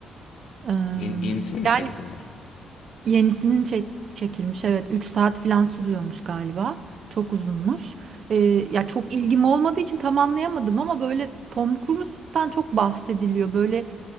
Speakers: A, on the right; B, on the left.
A: E,
B: Yen- yenisini mi
A: yani
B: çektiler?
A: yenisinin çek, çekilmiş evet 3 saat falan sürüyormuş galiba. Çok uzunmuş. E, ya çok ilgim olmadığı için tam anlayamadım ama böyle Tom Cruise'tan çok bahsediliyor. Böyle